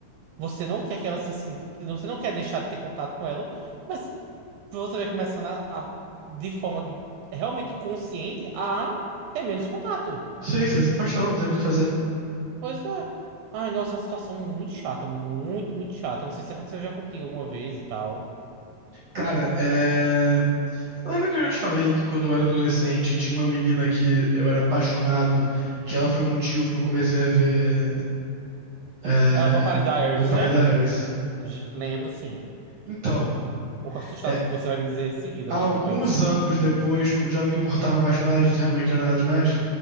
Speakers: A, on the right (about 80°); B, on the right (about 60°).
A: você não quer que ela se sinta, que você não quer deixar de ter contato com ela, mas você vai começando a, a- de forma realmente inconsciente a ter menos contato.
B: Sim, você vai se afastando, não tem muito o que fazer.
A: Pois é. Ai, nossa, é uma situação muito chata, muito, muito chata. Não sei se aconteceu já contigo alguma vez e tal.
B: Cara, é. Lembra que eu já te falei que quando eu era adolescente tinha uma menina que eu era apaixonado, que ela foi o motivo que eu comecei a ver é...
A: Ah, Vampire Diaries,
B: Vampire
A: né?
B: Diaries?
A: J- Lembro, sim. Um
B: Então.
A: pouco assustado
B: é,
A: com o que você vai me dizer em seguida,
B: Alguns
A: mas tudo bem, sim.
B: anos depois, quando já não importava mais com nada disso, realmente não era nada demais,